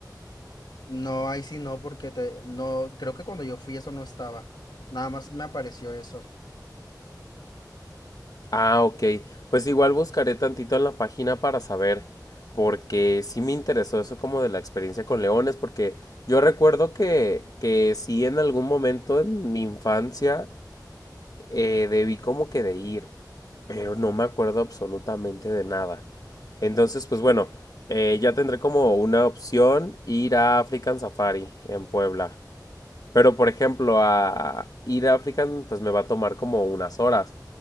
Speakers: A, on the left (about 75°); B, on the left (about 60°).
A: No, ahí sí no, porque te- no, creo que cuando yo fui eso no estaba. Nada más me apareció eso.
B: Ah, ok. Pues igual buscaré tantito en la página para saber, porque sí me interesó eso como de la experiencia con leones, porque yo recuerdo que, que sí en algún momento en mi infancia eh, debí como que de ir, pero no me acuerdo absolutamente de nada. Entonces, pues bueno, eh, ya tendré como una opción ir a African Safari en Puebla. Pero, por ejemplo, a ir a African, pues me va a tomar como unas horas.